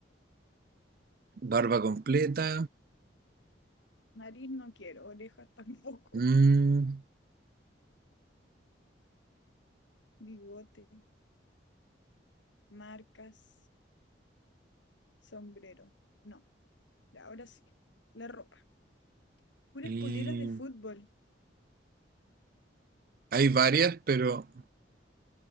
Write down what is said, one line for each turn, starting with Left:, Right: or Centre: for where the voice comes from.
Right: Barba completa.
Left: Nariz no quiero. Orejas <laughs> tampoco.
Right: mm,
Left: Bigote. Marcas. Sombrero. No. Ya, Ahora sí. La ropa. Puras
Right: y
Left: poleras de fútbol.
Right: hay varias, pero